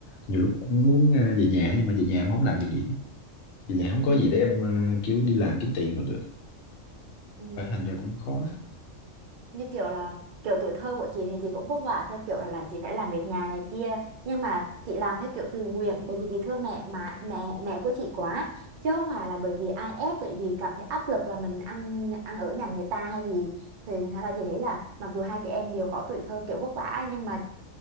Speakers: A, on the left; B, on the right.
A: nhiều lúc cũng muốn ờ, về nhà nhưng mà về nhà em không làm được gì hết. về nhà không
B: ừ
A: có gì để em ờ, kiểu đi làm kiếm tiền còn được
B: Ừm,
A: Phải thành ra cũng khó
B: như kiểu là kiểu tuổi thơ của chị thì chị cũng vất vả theo kiểu là, là chị phải làm việc nhà này kia nhưng mà chị làm theo kiểu tự nguyện bởi vì chị thương mẹ mà mẹ mẹ của chị quá chứ không phải là bởi vì ai ép bởi vì cảm thấy áp lực là mình ăn ăn ở nhà người ta hay gì thì hay là chị thấy là mặc dù hai chị em đều có tuổi thơ kiểu vất vả nhưng mà